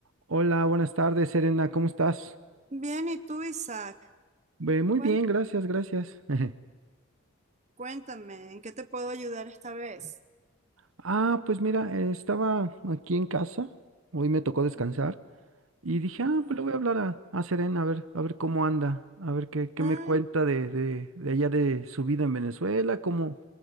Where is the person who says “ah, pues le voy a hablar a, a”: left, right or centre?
Right